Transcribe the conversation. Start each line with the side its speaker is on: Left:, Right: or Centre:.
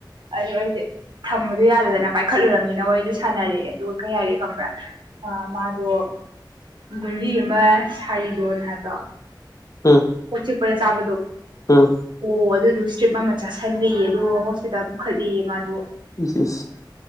Right: ꯑꯗꯨ ꯑꯩꯁꯦ ꯊꯝꯕꯗꯣ ꯌꯥꯗꯗꯅ ꯄꯥꯏꯈꯠꯂꯨꯨꯔꯔꯕꯅꯤꯅ ꯋꯥꯔꯤꯗꯣ ꯁꯥꯟꯅꯔꯑꯦ ꯑꯗꯨ ꯀꯩ ꯍꯥꯏꯔꯤ ꯈꯪꯕ꯭ꯔꯥ ꯑ ꯃꯥꯗꯣ ꯒꯨꯂꯤ ꯑꯃ ꯁꯥꯔꯤꯗꯣꯅ ꯍꯥꯏꯕ
Left: ꯎꯝ
Right: ꯀꯣꯛ ꯆꯤꯛꯄꯗ ꯆꯥꯕꯗꯣ
Left: ꯎꯝ
Right: ꯑꯣ ꯑꯗꯨ ꯑꯗꯨ ꯏꯁꯇ꯭ꯔꯤꯞ ꯑꯃ ꯆꯥꯁꯤꯜꯂꯤꯌꯦ ꯑꯗꯣ ꯍꯣꯁꯄꯤꯇꯥꯜ ꯄꯨꯈꯠꯂꯤꯌꯦ ꯃꯥꯗꯣ
Left: ꯁ